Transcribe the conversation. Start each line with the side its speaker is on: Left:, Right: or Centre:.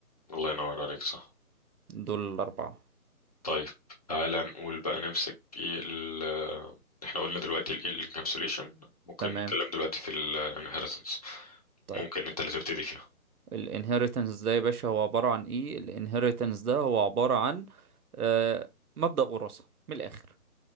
Left: الله ينور عليك صح
Right: دول الاربعه
Left: طيب تعالى نقول بقى نمسك ايه ال آه، احنا قلنا دلوقتي الايه الانكابسوليشن ممكن
Right: تمام
Left: نتكلم دلوقتي في الانهيرتنس
Right: طيب
Left: ممكن انت اللي تبتدي فيها
Right: الانهيرتنس ده يا باشا هو عباره عن ايه الانهيرتنس ده هو عباره عن آه، مبدأ وراثة من الآخر